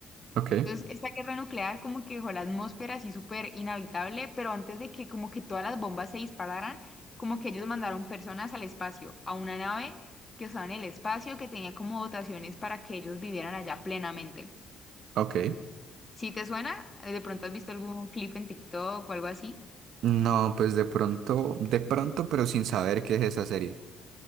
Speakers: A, on the right; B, on the left.
A: Ok,
B: Entonces, esta guerra nuclear como que dejó la atmósfera así súper inhabitable, pero antes de que como que todas las bombas se dispararan, como que ellos mandaron personas al espacio, a una nave que estaba en el espacio, que tenía como dotaciones para que ellos vivieran allá plenamente.
A: ok.
B: Si te suena, de pronto has visto algún clip en TikTok o algo así.
A: No, pues de pronto, de pronto, pero sin saber qué es esa serie.